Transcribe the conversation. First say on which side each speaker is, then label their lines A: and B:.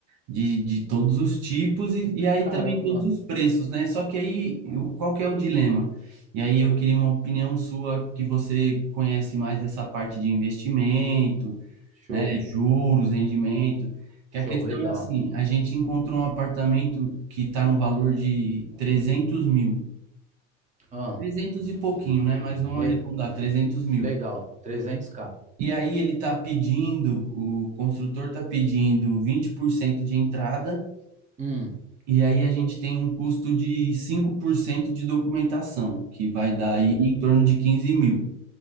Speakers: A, on the right; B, on the right.
A: de, de todos os tipos e, e aí
B: caramba,
A: também todos os preços, né, só que aí, o- qual que é o dilema? E aí eu queria uma opinião sua, que você conhece mais dessa parte de investimento,
B: show,
A: né, juros, rendimento, que
B: show,
A: a questão
B: legal.
A: é assim, a gente encontrou um apartamento que está no valor de 300 mil,
B: Ah,
A: 300 e pouquinho, né? Mas vamos
B: le-
A: arredondar, 300 mil.
B: legal, trezentos k
A: E aí ele tá pedindo, o construtor tá pedindo 20% de entrada,
B: Hum,
A: e aí a gente tem um custo de 5% de documentação, que vai dar aí
B: ent-
A: em torno de quinze mil.